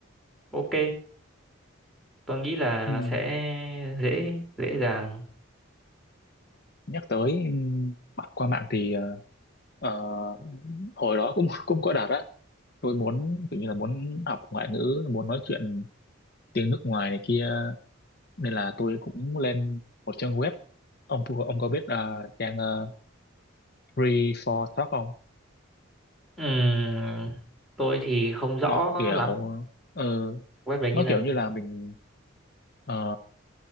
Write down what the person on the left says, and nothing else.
Ừm,
nhắc tới ừm, mạng qua mạng thì ờ, ờ, hồi đó cũng cũng có đạt á tôi muốn tự như là muốn học ngoại ngữ muốn nói chuyện tiếng nước ngoài này kia nên là tôi cũng lên một trang web ông ông có biết ờ, trang ờ, Free for Talk không
nó kiểu
ờ,
nó
kiểu như là mình ờ,